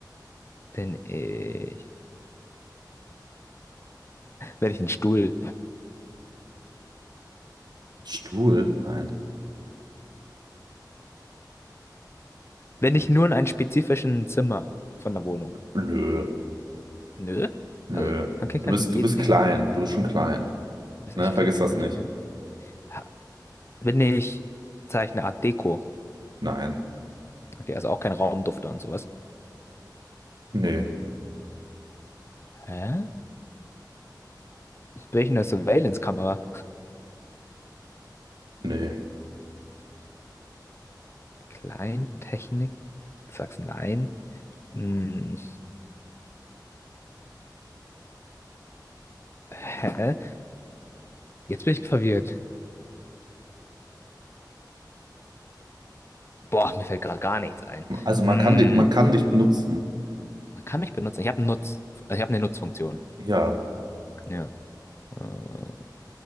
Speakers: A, on the left; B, on the right.
A: Bin ich. wenn ich einen Stuhl?
B: Stuhl? Nein.
A: wenn ich nur in einem spezifischen Zimmer von der Wohnung?
B: Nö,
A: Nö.
B: nö.
A: Also, Hankin
B: Du
A: kann
B: bist,
A: ich in jedem
B: du bist
A: Ding
B: klein.
A: sein.
B: Du bist schon klein.
A: Du bist
B: Ne,
A: echt,
B: vergiss
A: ich
B: das
A: bin echt
B: nicht.
A: klein. Ha- Bin ich, sag ich, eine Art Deko?
B: Nein.
A: Okay, also auch kein Raumdufter und sowas.
B: Nee,
A: Hä? Bin ich eine Surveillance-Kamera?
B: nee.
A: Kleintechnik? Du sagst nein. Hm. Hä? Jetzt bin ich verwirrt. Boah, mir fällt gerade gar nichts ein.
B: Also
A: Hm.
B: man kann dich, man kann dich benutzen.
A: Man kann mich benutzen. Ich habe einen Nutz, ich habe eine Nutzfunktion.
B: Ja.
A: Ja. Äh,